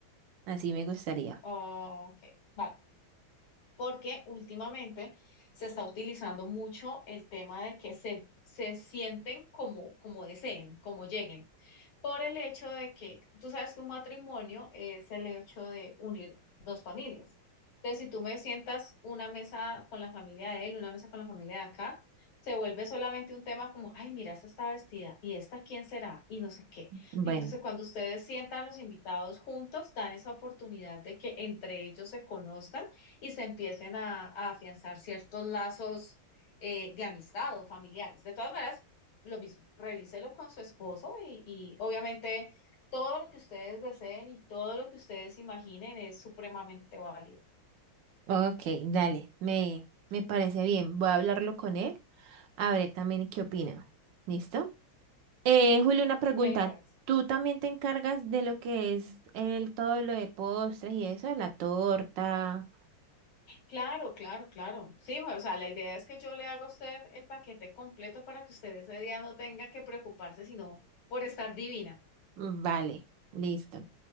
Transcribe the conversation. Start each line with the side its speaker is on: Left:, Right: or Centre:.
Right: así me gustaría.
Left: ok, vale. porque últimamente se está utilizando mucho el tema de que se, se sienten como, como deseen, como lleguen por el hecho de que tú sabes que un matrimonio es el hecho de unir dos familias. Entonces, si tú me sientas una mesa con la familia de él, una mesa con la familia de acá, se vuelve solamente un tema como, ay, mira, esta está vestida y esta quién será y no sé qué.
Right: Bueno,
Left: Mientras que cuando ustedes sientan los invitados juntos, dan esa oportunidad de que entre ellos se conozcan y se empiecen a, a afianzar ciertos lazos eh, de amistad o familiares. De todas maneras, lo mismo, revíselo con su esposo y, y obviamente todo lo que ustedes deseen y todo lo que ustedes imaginen es supremamente válido,
Right: ok, dale, me, me parece bien. Voy a hablarlo con él, a ver también qué opina. ¿Listo? Eh, Julio, una pregunta.
Left: me parece.
Right: ¿Tú también te encargas de lo que es el todo lo de postres y eso, la torta?
Left: Claro, claro, claro. Sí, o sea, la idea es que yo le haga a usted el paquete completo para que usted ese día no tenga que preocuparse sino por estar divina.
Right: Vale, listo.